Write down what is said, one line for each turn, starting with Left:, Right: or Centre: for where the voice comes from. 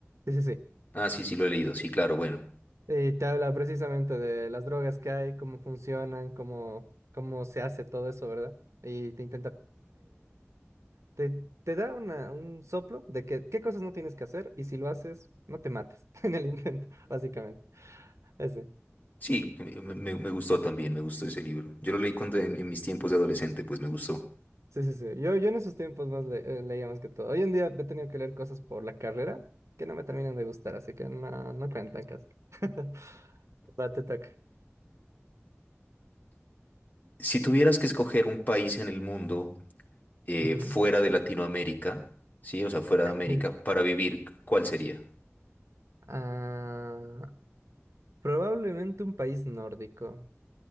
Right: sí, sí, sí.
Left: Ah, sí, sí, lo he leído, sí, claro, bueno.
Right: Y te habla precisamente de las drogas que hay, cómo funcionan, cómo, cómo se hace todo eso, ¿verdad? Y te intenta te, te da una- un soplo de que qué cosas no tienes que hacer y si lo haces, no te mates <laughs> en el intento, básicamente. Ese.
Left: Sí, me, me- me gustó también, me gustó ese libro. Yo lo leí cuando en, en mis tiempos de adolescente, pues me gustó.
Right: Sí, sí, sí. Yo, yo en esos tiempos más le- eh, leía más que todo. Hoy en día he tenido que leer cosas por la carrera que no me terminan de gustar, así que no, no cuentan casi. <laughs> Va, te toca.
Left: Si tuvieras que escoger un país en el mundo eh,
Right: Ujú.
Left: fuera de Latinoamérica, sí, o sea, fuera de
Right: <laughs>
Left: América, para vivir, ¿cuál sería?
Right: Ah, probablemente un país nórdico.